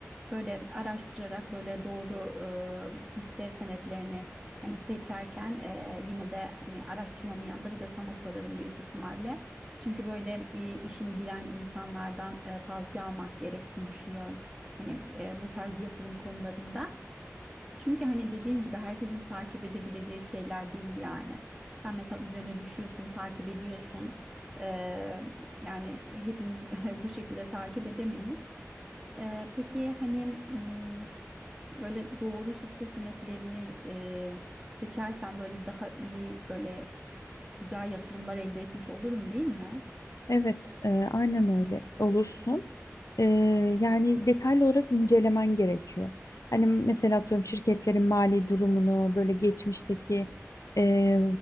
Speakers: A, in the centre; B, on the left.
A: Böyle araştırarak böyle doğru e, hisse senetlerini hani seçerken e, yine de hani araştırmamın yanında bir de sana sorarım büyük ihtimalle. Çünkü böyle e, işini bilen insanlardan e, tavsiye almak gerektiğini düşünüyorum. Hani e, bu tarz yatırım konularında. Çünkü hani dediğim gibi herkesin takip edebileceği şeyler değil yani. Sen mesela üzerine düşüyorsun, takip ediyorsun. E, yani hepimiz <laughs> bu şekilde takip edemeyiz. E, peki hani m, böyle doğru hisse senetlerini e, seçersen böyle daha iyi böyle güzel yatırımlar elde etmiş olurum değil mi?
B: Evet, e, aynen öyle olursun. E, yani detaylı olarak incelemen gerekiyor. Hani mesela atıyorum şirketlerin mali durumunu, böyle geçmişteki e,